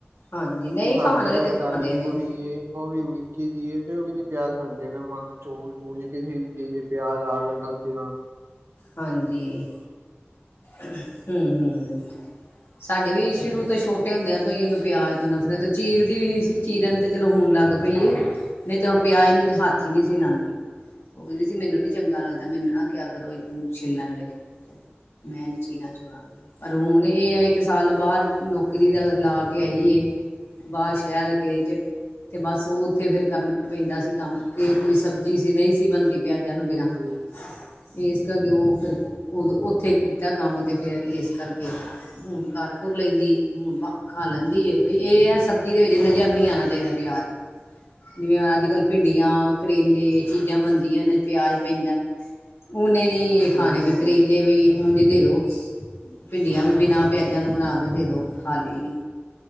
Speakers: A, on the left; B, on the right.
A: ਹਾਂਜੀ ਨਹੀਂ
B: ਉਹ
A: ਖਾਣ
B: ਸਾਡੀ
A: ਵਾਲੇ
B: ਆ
A: ਤੇ ਖਾਂਦੇ
B: ਚਾਚੇ ਦੀ
A: ਨੇ
B: ਕੁੜੀ ਏ ਉਹ ਵੀ ਨਿੱਕੀ ਜਿਹੀ ਏ ਤੇ ਉਹ ਵੀ ਨੀ ਪਿਆਜ ਖਾਂਦੀ <unintelligible> ਚੂਲ ਚੂਲ ਕਿਸੇ ਵੀ ਚੀਜ਼ ਪਿਆਜ ਆ ਗਿਆ ਗ਼ਲਤੀ ਨਾ।
A: ਹਾਂਜੀ। ਹੂੰ ਹੂੰ। ਸਾਡੇ ਵੀ ਸ਼ੁਰੂ ਤੋਂ ਛੋਟੇ ਹੁੰਦਿਆਂ ਕਈਆ ਨੂੰ ਪਿਆਜ ਤੋਂ ਨਫ਼ਰਤ ਚੀਰ ਦੀ ਵੀ ਨਹੀਂ ਸੀ। ਚੀਰਨ ਤੇ ਚਲੋ ਹੁਣ ਲੱਗ ਪਈਏ ਨਹੀਂ ਤਾਂ। ਪਿਆਜ ਨੂੰ ਤੇ ਹੱਥ ਹੀ ਨੀ ਸੀ ਲਾਉਂਦੀ ਉਹ ਕਹਿੰਦੀ ਸੀ ਮੈਨੂੰ ਨੀ ਚੰਗਾ ਲੱਗਦਾ ਮੈਨੂੰ ਨਾ ਕਿਆ ਕਰੋ। ਇਹਨੂੰ ਛਿੱਲਣ ਲਈ। ਮੈਂ ਨੀ ਚੀਰਾ ਚੁਰਣਾ ਪਰ ਹੁਣ ਇਹ ਹੈ ਇੱਕ ਸਾਲ ਬਾਹਰ ਨੌਕਰੀ ਦਾ। ਲਾ ਕੇ ਆਈਏ ਬਾਹਰ ਸ਼ਹਿਰ ਕਿਸੇ ਚ। ਤੇ ਬਸ ਉਹ ਉੱਥੇ ਫੇਰ ਕਰਨਾ ਪੈਂਦਾ ਸੀ। ਕੰਮ ਫੇਰ ਕੋਈ ਸਬਜ਼ੀ ਸੀ ਨਹੀਂ। ਸੀ ਬਣਦੀ। ਪਿਆਜਾ ਤੋਂ ਬਿਨਾਂ।
B: ਹੂੰ ਹੂੰ
A: <unintelligible> ਜਾਂ ਜੋ ਫਿਰ। ਉਦੋ ਉੱਥੇ ਕੀਤਾ ਕੰਮ ਤੇ। ਫਿਰ ਇਸ ਕਰਕੇ ਹੁਣ ਕਰ ਕੁਰ ਲੈਂਦੀ ਹੈ ਹੁਣ ਖਾ ਲੈਂਦੀ। ਵੀ ਇਹ ਆ ਸਬਜ਼ੀ ਦੇ ਵਿੱਚ ਜਿੰਨਾ ਜਿਹਾ‌ ਨੀ ਆਣਾ ਚਾਹੀਦਾ ਪਿਆਜ ਜਿਵੇਂ ਅੱਜ ਕੱਲ ਭਿੰਡੀਆਂ ਕਰੇਲੇ। ਚੀਜ਼ਾਂ ਬਣਦੀਆਂ ਨੇ। ਪਿਆਜ ਪੈਂਦਾ ਉਨੇ। ਨਹੀਂ ਖਾਣੇ
B: ਹੂੰ ਹੂੰ
A: ਵੀ ਕਰੇਲੇ ਵੀ। ਉਝ ਦੇ ਦੋ ਭਿੰਡੀਆਂ ਵੀ ਬਿਨਾਂ। ਪਿਆਜਾਂ ਤੋਂ ਬਣਾ ਕੇ ਦੇ ਦੋ ਖਾ ਲਈ